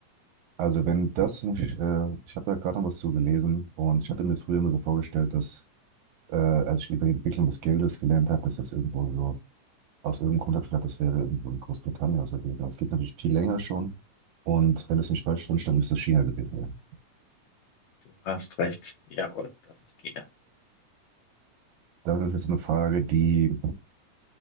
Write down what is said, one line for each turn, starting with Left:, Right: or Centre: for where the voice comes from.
Right: Also wenn das nicht, äh, ich habe da gerade noch was zu gelesen und ich hatte mir jetzt früher immer so vorgestellt, dass äh, als ich über die Entwicklung des Geldes gelernt habe, dass das irgendwo so, aus irgendeinem Grund habe ich gedacht, das wäre irgendwo in Großbritannien oder so gewesen. Aber es gibt natürlich viel länger schon und wenn es nicht falsch drin stand, müsste es China gewesen sein.
Left: Du hast recht. Jawohl, das ist China.
Right: Das ist jetzt eine Frage, die